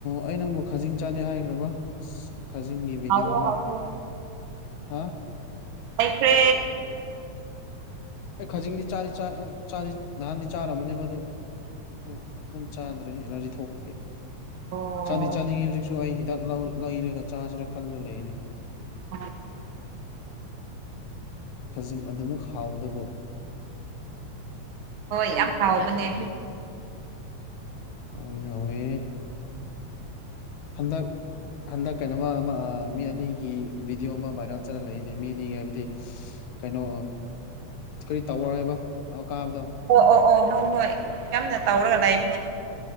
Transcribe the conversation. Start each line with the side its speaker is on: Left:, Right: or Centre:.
Left: ꯑꯩ ꯅꯪꯕꯨ ꯈꯥꯖꯤꯡ ꯆꯥꯗꯦ ꯍꯥꯏꯈ꯭ꯔꯕ ꯑꯁ ꯈꯖꯤꯡꯒꯤ ꯚꯤꯗꯤꯑꯣ
Right: ꯍꯥꯎꯔꯣ
Left: ꯑꯃ
Right: ꯍꯥꯎꯔꯣ
Left: ꯍꯥ
Right: ꯍꯩꯈ꯭ꯔꯦ꯫
Left: ꯑꯩ ꯈꯖꯤꯡꯗꯤ ꯆꯥꯗꯤ ꯆꯥꯏ ꯅꯍꯥꯟꯗꯤ ꯆꯥꯔꯝꯃꯅꯦꯕ ꯑꯗꯣ ꯈꯪꯗꯦ ꯑꯗꯨꯝ ꯆꯥꯗ꯭ꯔꯦ ꯑꯦꯂꯥꯔꯖꯤ ꯊꯣꯛꯄꯒꯤ꯫
Right: ꯑꯣ
Left: ꯆꯥꯗꯤ ꯆꯥꯅꯤꯡꯉꯤ ꯍꯧꯖꯤꯛꯁꯨ ꯑꯩ ꯍꯤꯗꯥꯛ ꯂꯧ ꯂꯩꯔꯒ ꯆꯥꯁꯤꯔꯥ ꯈꯜꯂ ꯂꯩꯔꯤꯅꯦ꯫
Right: <unintelligible>
Left: ꯈꯖꯤꯡ ꯑꯗꯨꯃꯨꯛ ꯍꯥꯎꯗꯨꯕꯨ꯫
Right: ꯍꯣꯏ ꯌꯥꯝ ꯍꯥꯎꯕꯅꯦ꯫
Left: ꯑꯧ ꯌꯥꯎꯋꯦ ꯍꯟꯗꯛ ꯍꯟꯗꯛ ꯀꯩꯅꯣꯃ ꯑꯃ ꯃꯤ ꯑꯅꯤꯒꯤ ꯚꯤꯗꯤꯑꯣ ꯑꯃ ꯚꯥꯏꯔꯦꯜ ꯆꯠꯂꯒ ꯂꯩꯅꯦ ꯃꯤ ꯑꯅꯤꯒꯤ ꯍꯥꯏꯕꯗꯤ ꯀꯩꯅꯣ ꯀꯔꯤ ꯇꯧꯕꯔ ꯍꯥꯏꯕ ꯀꯥꯕꯗꯣ
Right: ꯑꯣ ꯑꯣ ꯑꯣ ꯍꯣꯏ ꯍꯣꯏ ꯌꯥꯝꯅ ꯇꯧꯔꯒ ꯂꯩꯕꯅꯦ